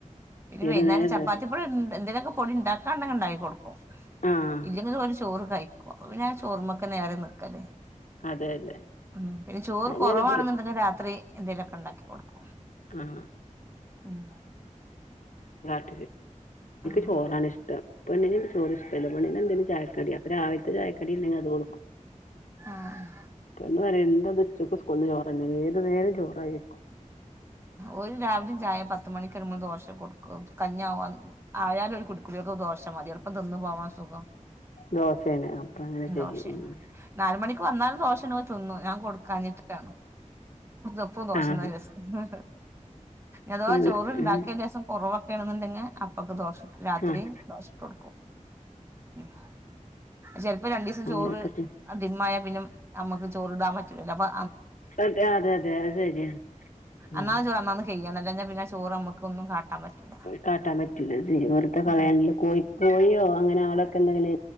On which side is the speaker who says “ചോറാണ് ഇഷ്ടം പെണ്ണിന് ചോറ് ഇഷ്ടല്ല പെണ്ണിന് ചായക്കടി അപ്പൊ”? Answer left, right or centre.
Left